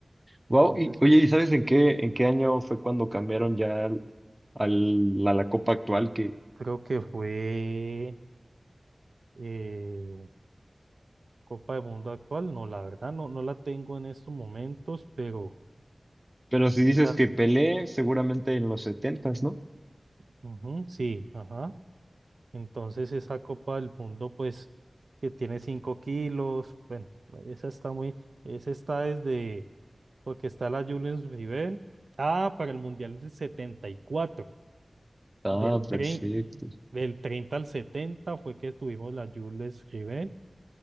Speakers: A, on the right (about 20°); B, on the right (about 80°).
A: Wow.
B: Entonces,
A: Y, oye,
B: pues,
A: ¿y sabes en qué, en qué año fue cuando cambiaron ya al, al- a la copa actual? Que,
B: creo que fue eh, Copa del Mundo actual, no, la verdad, no, no la tengo en estos momentos, pero
A: pero si
B: esa,
A: dices que Pelé, seguramente en los setentas, ¿no?
B: ujú, sí, ajá. Entonces esa Copa del Mundo, pues, que tiene 5 kilos, bueno, esa está muy, esa está desde, porque está la Julius Rivel, ah, para el Mundial del 74
A: Ah,
B: del,
A: perfecto.
B: tre- del 30 al 70 fue que tuvimos la Julius Rivel